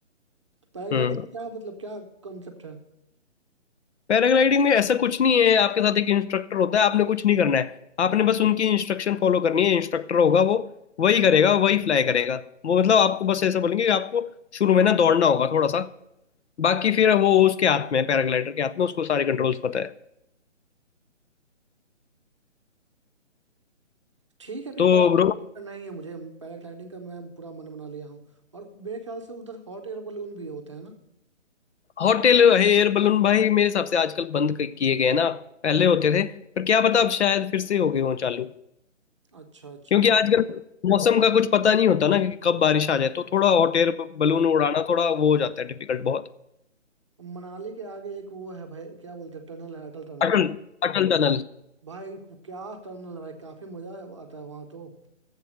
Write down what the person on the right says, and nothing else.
पैराग्लाइडिंग
का क्या मतलब क्या कॉन्सेप्ट है
ठीक है फिर
पैराग्लाइडिंग
करना ही है मुझे पैराग्लाइडिंग का मैं पूरा मन बना लिया हूँ और मेरे ख्याल से उधर हॉट एयर बलून भी होते हैं ना
अच्छा अच्छा
हॉट
मनाली के आगे एक वो है भाई क्या बोलते हैं टनल है अटल टनल
भाई क्या टनल है भाई काफी मजा आता है वहां तो